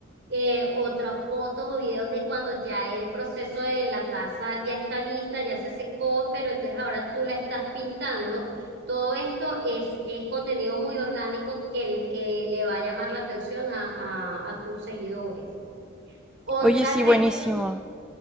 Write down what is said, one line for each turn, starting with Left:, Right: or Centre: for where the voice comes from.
Right: eh, otras fotos o videos de cuando ya el proceso de la taza ya está lista, ya se secó, pero entonces ahora tú la estás pintando. Todo esto es, es contenido muy orgánico que, que le va a llamar la atención a, a, a tus seguidores. Otra
Centre: Oye, sí,
Right: red
Centre: buenísimo.
Right: social,